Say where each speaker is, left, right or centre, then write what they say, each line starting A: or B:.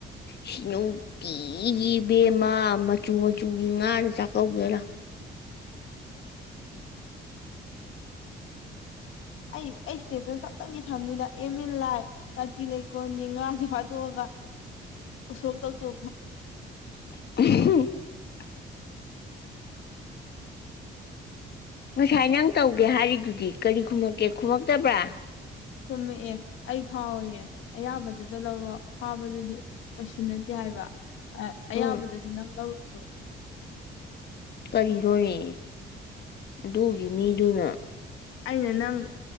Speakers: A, on the left; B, on the left.
A: <inaudible> ꯅꯨꯡꯇꯤꯒꯤ ꯕꯦꯝꯃ ꯃꯆꯨ ꯃꯆꯨꯒꯤ ꯉꯥꯅ ꯆꯥꯛꯀꯧꯒꯦꯔꯥ
B: ꯑꯩ ꯑꯩ ꯏꯁꯇꯦꯠꯇ ꯇꯞꯇꯪꯗꯤ ꯊꯝꯅꯤꯗ ꯑꯦꯝ ꯑꯦꯟ ꯂꯥꯏ ꯀꯥꯆꯤ ꯂꯩꯀꯣꯜ ꯌꯦ ꯉꯥ ꯍ ꯑꯗꯨꯣ ꯁ ꯇ ꯇ
A: <inaudible>
B: <inaudible>
A: ꯉꯁꯥꯏ ꯅꯪ ꯇꯧꯒꯦ ꯍꯥꯏꯔꯤꯗꯨꯗꯤ ꯀꯔꯤ ꯈꯨꯝꯃꯛꯀꯦ ꯈꯨꯝꯃꯛꯇꯕ꯭ꯔꯥ
B: ꯈꯨꯝꯃꯛꯑꯦ ꯑꯩ ꯐꯥꯎꯋꯌꯦ ꯑꯌꯥꯝꯕꯗꯨꯗ ꯂꯧꯔꯣꯑꯣ ꯐꯥꯕꯗꯨꯗꯤ ꯀꯩꯁꯨ ꯅꯠꯇꯦ ꯍꯥꯏꯕ ꯑꯌꯥꯕꯗꯨꯁꯨ
A: ꯎꯝ
B: ꯅꯪ ꯂꯧꯔ
A: ꯀꯔꯤꯅꯣꯅꯦ ꯑꯗꯨꯒꯤ ꯃꯤꯗꯨꯅ
B: ꯑꯩꯅ ꯅꯪ